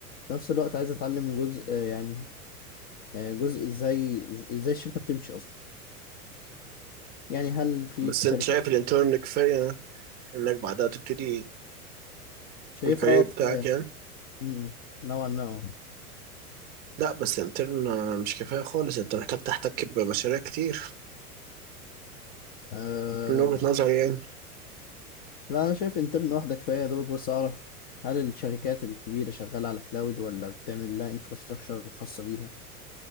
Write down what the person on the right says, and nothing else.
بس
انت شايف الانترن كفاية انك بعدها تبتدي
الكارير
بتاعك يعني
لا بس الانترن مش كفاية خالص انت محتاج تحتك بمشاريع كتير
من وجهة نظري يعني